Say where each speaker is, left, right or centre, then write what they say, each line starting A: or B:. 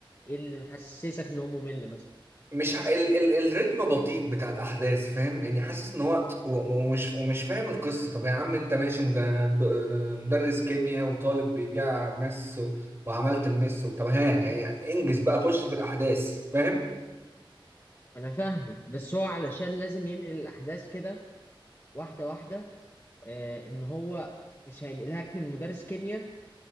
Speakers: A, on the left; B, on the right.
A: ايه اللي محسسك ان هو ممل مثلا
B: مش ع... ال... ال... الريتم بطيء بتاع الاحداث فاهم يعني حاسس ان هو و... ومش ومش فاهم القصه طب يا عم انت ماشي مد... د- مدرس كيمياء وطالب بيبيع مس و... وعملت المس و... طب ها يعني انجز بقى خش في الاحداث فاهم
A: انا فاهمك بس هو علشان لازم ينقل الاحداث كده واحدة واحدة آه ان هو مش هينقلهاك من مدرس كيمياء